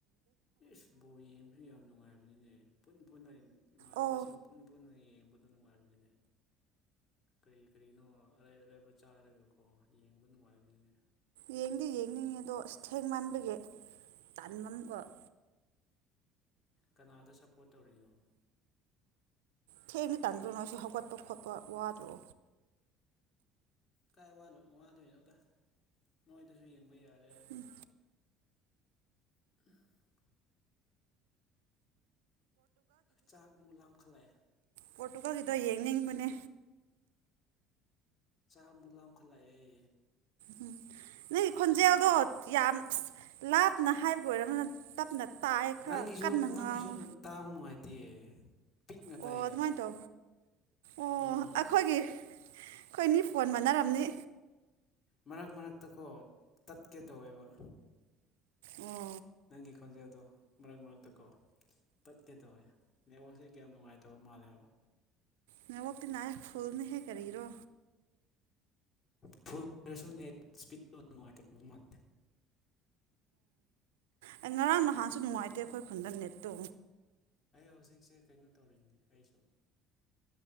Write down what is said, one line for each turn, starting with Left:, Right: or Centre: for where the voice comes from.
Left: ꯏꯁ ꯕꫭꯜ ꯌꯦꯡꯕꯁꯨ ꯌꯥꯝ ꯅꯨꯡꯉꯥꯏ ꯅꯤꯅꯦ ꯄꯨꯟ ꯄꯨꯟꯅ ꯏ ꯏꯃꯥꯟꯅꯕꯁꯤꯡ
Right: ꯑꯣ
Left: ꯄꯨꯟ ꯄꯨꯟꯅ ꯌꯦꯡꯕꯗꫭ ꯅꯨꯡꯉꯥꯏꯕꯅꯦ ꯀꯔꯤ ꯀꯔꯤꯅꯣ ꯑꯔꯩ ꯑꯔꯩꯕ ꯆꯥꯔꯒꯀꯣ ꯌꯦꯡꯕ ꯅꯨꯡꯉꯥꯏꯕꯅꯤ
Right: ꯌꯦꯡꯗꯤ ꯌꯦꯡꯅꯤꯡꯉꯦꯗꫭ ꯑꯁ ꯊꯦꯡ ꯃꯟꯕꯒꯤ ꯇꯟꯕꯅꯤꯀꫭ
Left: ꯀꯅꯥꯗ ꯁꯄꯣꯠ ꯇꯧꯔꯤꯅꯣ
Right: ꯊꯦꯡꯅ ꯇꯟꯗ꯭ꯔꯣ ꯅꯣꯏ ꯁꯤ ꯍꯧꯒꯠꯄ ꯈꯣꯠꯄ ꯋꯥꯗ꯭ꯔꯣ
Left: ꯀꯥꯏ ꯋꯥꯗꯣꯏꯅꯣꯗ ꯅꯣꯏꯗꯁꯨ ꯌꯦꯡꯕ ꯌꯥꯔꯦ
Right: ꯎꯝ
Left: <unintelligible> <inaudible> ꯆꯥꯛ ꯑꯃꯨꯛ ꯂꯥꯝꯈꯠꯂꯛꯑꯦ
Right: ꯄꯣꯠꯇꯨꯀꯁꯤꯗ ꯌꯦꯡꯅꯤꯡꯕꯅꯦ
Left: ꯆꯥꯛ ꯃꯨꯂꯑꯈꯠꯂꯛꯑꯦ
Right: ꯎꯝ ꯅꯣꯏ ꯈꯣꯟꯖꯦꯜꯗꯣ ꯌꯥꯝ ꯂꯥꯞꯅ ꯍꯥꯏꯕꯒꯤ ꯑꯣꯏꯔꯔꯕꯅ ꯇꯞꯅ ꯇꯥꯏꯌꯦ ꯈꯔ
Left: ꯅꯪꯒꯤꯁꯨ
Right: ꯀꯟꯅ
Left: ꯅꯪꯒꯤꯁꯨ
Right: ꯉꯥꯡꯉꯣ
Left: ꯇꯥꯕ ꯅꯨꯡꯉꯥꯏꯇꯦ ꯄꯤꯛꯅ ꯇꯥꯏꯌꯦ
Right: ꯑꯣ ꯑꯗꯨꯃꯥꯏ ꯇꯣ ꯑꯣ
Left: ꯎꯝ
Right: ꯑꯩꯈꯣꯏꯒꯤ ꯑꯩꯈꯣꯏꯅꯤ ꯐꯣꯟ ꯃꯥꯟꯅꯔꯝꯅꯤ
Left: ꯃꯔꯛ ꯃꯔꯛꯇꯀꯣ ꯇꯠꯀꯦ ꯇꯧꯋꯦꯕ
Right: ꯑꯣ
Left: ꯅꯪꯒꯤ ꯈꯣꯟꯖꯗꯣ ꯃꯔꯛ ꯃꯔꯛꯇꯀꯣ ꯇꯠꯀꯦ ꯇꯧꯋꯦ ꯅꯦꯠꯋꯥꯛꯁꯦ ꯀꯌꯥꯝ ꯅꯨꯡꯉꯥꯏꯇꯕ ꯃꯥꯜꯂꯦꯕ
Right: ꯃ ꯋꯥꯛꯇ ꯅꯅꯥ ꯐꯨꯜꯅꯦ ꯍꯦ ꯀꯔꯤꯔꯣ
Left: ꯐ ꯄ ꯃ
Right: ꯑꯣ ꯉꯔꯥꯡ ꯅꯍꯥꯟꯁꯨ ꯅꯨꯡꯉꯥꯏꯇꯦ ꯑꯩꯈꯣꯏ ꯈꯨꯟꯗ ꯅꯦꯠꯇꯣ
Left: ꯑꯩ ꯍꯧꯖꯤꯛꯁꯦ ꯀꯩꯅꯣ ꯇꯧꯔꯤꯅꯦ ꯑꯩꯁꯨ